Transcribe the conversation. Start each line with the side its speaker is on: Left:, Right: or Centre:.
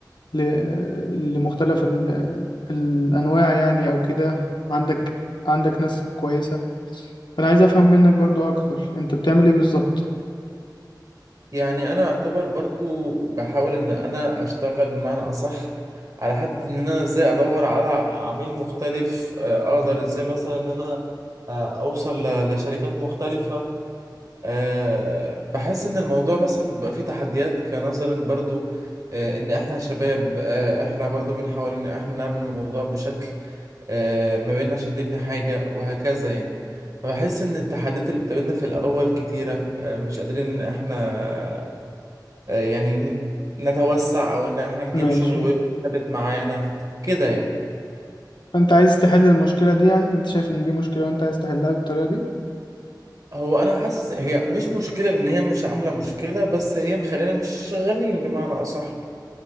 Left: ل... لمختلف ال... الانواع يعني او كده عندك عندك ناس كويسة فانا عايز افهم منك برضو اكتر انت بتعمل ايه بالظبط
Right: يعني انا اعتبر برضو بحاول ان انا اشتغل بمعنى اصح على حتة ان انا ازاي ادور على عميل مختلف آه، اقدر ازاي مثلا ان انا آه، اوصل ل- لشركات مختلفة أه بحس ان الموضوع مثلا بيبقى فيه تحديات كنظرا برضو أه ان احنا شباب أه احنا برضو بنحاول ان احنا نعمل الموضوع بشكل أه ما بيننا عشان نبني حاجة وهكذا يعني فبحس ان التحديات اللي بتقابلنا في الاول كتيرة أه مش قادرين ان احنا أه يعني ن- نتوسع او ان احنا نجيب
Left: ماشي
Right: شغل ويبقى ثابت معانا كده يعني
Left: فانت عايز تحل المشكله دي يعني انت شايف ان دي مشكله وانت عايز تحلها بالطريقه دي
Right: هو انا حاسس هي مش مشكلة ان هي مش عاملة مشكلة بس هي مخلينا مش شغالين بمعنى اصح